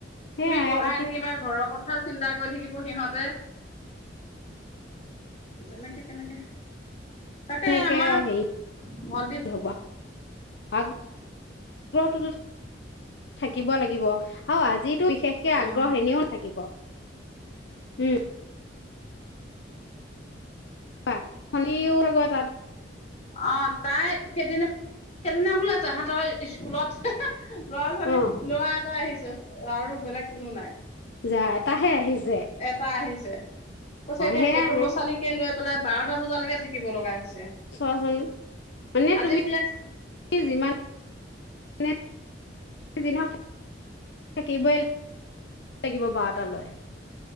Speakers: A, on the left; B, on the left.
A: সেয়াই
B: তুমি পঢ়াই
A: এতিয়া
B: থাকিবা ঘৰৰ কথা কথা চিন্তা কৰি থাকিব সিহঁতে তেনেকে কেনেকে, তাকে
A: কেনেকে
B: আমাৰ
A: হেৰি
B: ভণ্টি,
A: হব আগ্ৰহটোতো থাকিব লাগিব। আৰু আজিটো বিশেষকে
B: উম,
A: আগ্ৰহ এনেও থাকিব, উম। বা ফণিও আগত
B: অ', তাই সেইদিনা, সেইদিনা বোলে তাহাঁতৰ ইস্কুলত ল'ৰা-ছোৱালী,
A: অ
B: ল'ৰা এটা আহিছে আৰু বেলেগ কোনো নাই।
A: যা, এটাহে আহিছ
B: এটা আহিছে। কৈছে এতিয়া
A: সেয়াই
B: সেইটো ল'ৰা ছোৱালীকে লৈ পেলাই বাৰটা বজালৈকে থাকিব লগা হৈছে।
A: চোৱাচোন, মানে
B: আজি
A: তুমি
B: বোলে
A: যিমান যিমানে যি নহওঁক, থাকিবই লাগিব, বাৰটা লৈ।